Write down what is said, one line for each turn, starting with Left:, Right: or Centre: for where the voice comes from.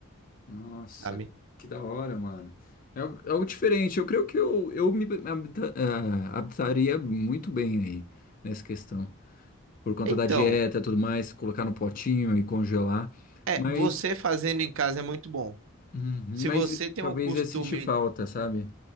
Left: Nossa,
Right: sabe?
Left: que da hora, mano. É algo é algo diferente. Eu creio que eu, eu me habita- ah, adaptaria muito bem aí nessa questão. Por conta
Right: Então,
Left: da dieta e tudo mais, colocar no potinho e congelar.
Right: é,
Left: mas
Right: você fazendo em casa é muito bom.
Left: Uhum,
Right: Se
Left: Mas
Right: você tem
Left: talvez
Right: um costume,
Left: ia sentir falta, sabe?